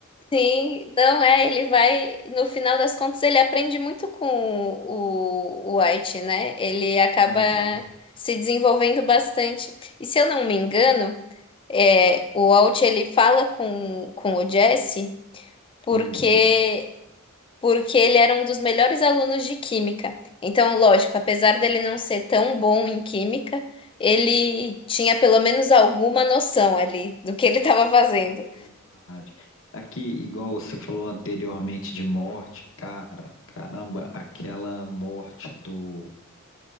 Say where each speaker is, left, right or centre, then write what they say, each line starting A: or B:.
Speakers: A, on the left; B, on the left.
A: sim, não é, ele vai, no final das contas ele aprende muito com o, o White, né? Ele acaba
B: Aham.
A: se desenvolvendo bastante. E se eu não me engano, É, o Walt ele fala com, com o Jesse porque
B: Hum,
A: porque ele era um dos melhores alunos de química. Então, lógico, apesar dele não ser tão bom em química, ele tinha pelo menos alguma noção ali do que ele estava fazendo.
B: verdade. Aqui, igual você falou anteriormente de morte, cara, caramba, aquela morte do